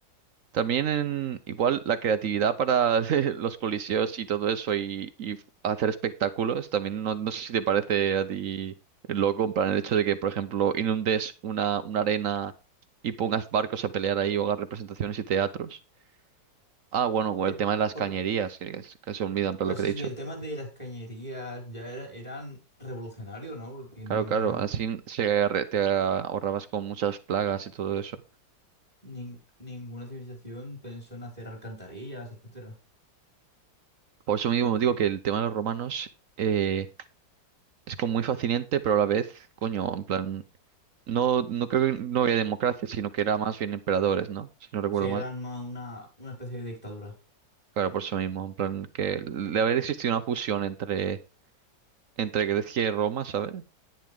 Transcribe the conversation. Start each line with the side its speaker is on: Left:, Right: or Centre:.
Right: También en, igual la creatividad para <laughs> los coliseos y todo eso y, y hacer espectáculos, también no, no sé si te parece a ti loco, en plan el hecho de que, por ejemplo, inundes una, una arena y pongas barcos a pelear ahí o hagas representaciones y teatros. Ah, bueno, o
Left: Que
Right: el tema de las
Left: por
Right: cañerías, que, que se que se olvidan, pero
Left: bueno,
Right: lo
Left: eso
Right: que te
Left: sí
Right: he dicho.
Left: que el tema de las cañerías ya era, eran revolucionarios, ¿no? Porque
Right: Claro,
Left: ninguna
Right: claro, así se, re- te ahorrabas con muchas plagas y todo eso.
Left: nin- ninguna civilización pensó en hacer alcantarillas, etcétera.
Right: Por eso mismo digo que el tema de los romanos eh, es como muy fascinante, pero a la vez, coño, en plan... No, no creo que no había democracia, sino que era más bien emperadores, ¿no? Si no recuerdo
Left: Sí, eran
Right: mal.
Left: más una, una especie de dictadura.
Right: Claro, por eso mismo, en plan que de haber existido una fusión entre, entre Grecia y Roma, ¿sabes? En